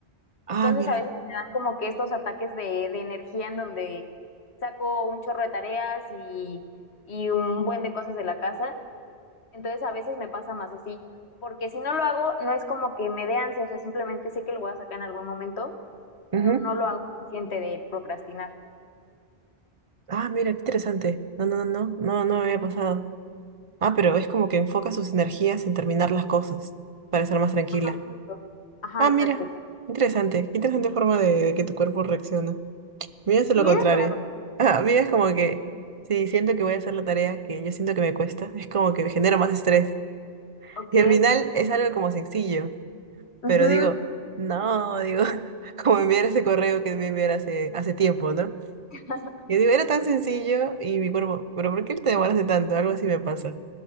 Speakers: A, on the right (about 35°); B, on the left (about 75°).
A: Ah,
B: Entonces
A: mira.
B: a veces me dan como que estos ataques de, de energía en donde saco un chorro de tareas y, y un buen de cosas de la casa. Entonces a veces me pasa más así, porque si no lo hago, no es como que me dé ansia, o sea, simplemente sé que lo voy a sacar en algún momento
A: Ujú.
B: pero no lo hago consciente del procrastinar.
A: Ah, mira, qué interesante. No, no, no, no, no, no me había pasado. Ah, pero es como que enfoca sus energías en terminar las cosas para ser más tranquila.
B: Ajá, exacto. Ajá,
A: Ah,
B: exacto,
A: mira,
B: exacto.
A: interesante. Qué interesante forma de, de que tu cuerpo reacciona. Mira, es
B: Cierto.
A: lo contrario. <laughs> Ah, mira, es como que si siento que voy a hacer la tarea que yo siento que me cuesta, es como que me genero más estrés.
B: Ok.
A: Y al final es algo como sencillo, pero
B: Ujú.
A: digo, no, digo, <laughs> como enviar ese correo que me enviar hace, hace tiempo, ¿no?
B: <laughs>
A: Yo digo, era tan sencillo y mi cuerpo, pero ¿por qué te demoraste tanto? Algo así me pasa.